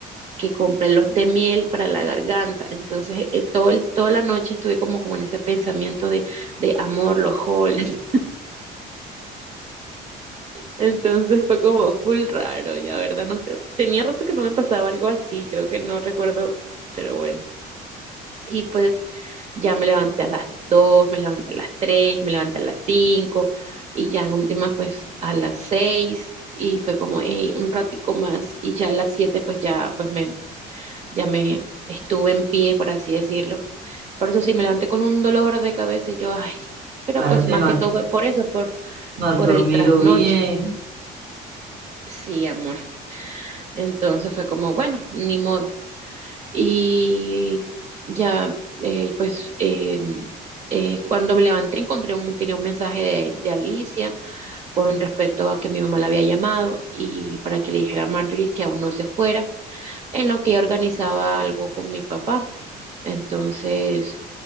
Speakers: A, on the right; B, on the right.
A: que compre los de miel para la garganta. Entonces, eh, todo el- toda la noche estuve como con ese pensamiento de, de amor, los halls. Entonces fue como full raro, ya, ¿verdad? Nunca, tenía rato que no me pasaba algo así, creo que no recuerdo, pero bueno. Y pues ya me levanté a las dos me levanté a las tres me levanté a las 5 y ya en última pues a las 6 y fue como "Ey, un ratico más y ya a las 7 pues ya pues me, ya me estuve en pie, por así decirlo. Por eso sí me levanté con un dolor de cabeza y yo, ay, pero
B: Claro,
A: pues
B: si
A: más
B: no
A: que
B: has,
A: todo fue por eso, por,
B: no has
A: por
B: dormido
A: el trasnocho.
B: bien,
A: Sí, amor. Entonces fue como, bueno, ni modo. Y ya, eh, pues, eh, eh, cuando me levanté encontré un, tenía un mensaje de, de Alicia con respecto a que mi mamá la había llamado y para que le dijera a Marjorie que aún no se fuera, en lo que yo organizaba algo con mi papá. Entonces